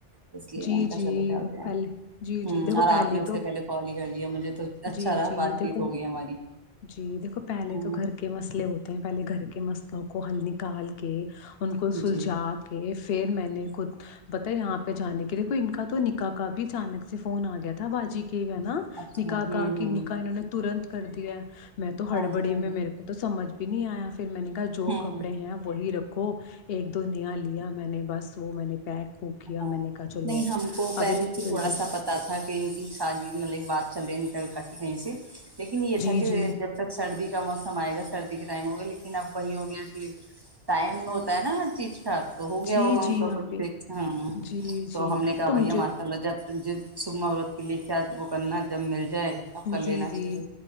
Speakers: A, on the right; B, on the left.
A: اس لیے
B: جی
A: منتا
B: جی
A: چلو چلتے ہیں
B: پہلے جی
A: ہ
B: جی دیکھو
A: اور آپ نے اس
B: تو
A: سے پہلے کال ہی کر لیا مجھے تو اچھا
B: جی
A: رہا
B: جی
A: بات
B: دیکھو
A: چیت ہو گئی ہماری
B: جی دیکھو پہلے
A: ہوں
B: تو گھر کے مسئلے ہوتے ہیں پہلے گھر کے مسلوں کو ہل نکال کے ان کو سلجھا
A: جی
B: کے پھر میں نے خود بتا یہاں پہ جانے کی دیکھو ان کا تو نکا کا بھی اچانک سے فون آ گیا تھا باجی کے کی نا
A: اچھا
B: نکا
A: ہوں ہوں
B: نکا انہوں نے تورا ند کرتی ہے <unintelligible> میں تو ہڑبڑی
A: ہاں جی ہاں
B: میں
A: جی
B: میرے کو تو سمجھ پ نہیں آیا پھر میں نے کہا جو
A: ہوں
B: کپڑے ہیں وہی رکھ کو ایک دو نیا لیا میں نے بس وہ میں نے پیک وک کیا
A: ہاں
B: میں نے کہا چلو
A: نہیں
B: اب
A: ہم کو پہلے
B: اب اتنی
A: سے تھوڑا
B: جلدی
A: سا پتا تھا کہ ان کی شادی مطلب بات چ رہی ن <unintelligible> کای کہیں سے لیکن یہ
B: جی
A: تھا کہ
B: جی
A: جب تک سردی کا موسم آئےا سردی کے ٹائم ہوئے لیکن اب وہی ہو گیا کہ ٹائم ہوتا ہے نا ہر چیز ٹھاک تو ہو گیا
B: جی
A: ہوگا ان
B: جی
A: کا کچھ
B: آپ ہی
A: ہ
B: جی
A: تو
B: جی
A: ہم نے کہا
B: تو مجھے
A: بھیا ماشاء اللہ جب ج صبح عورت کے لیے کیا وہ کرنا جب مل جائے تب کر لینا
B: جی جی
A: چاہیے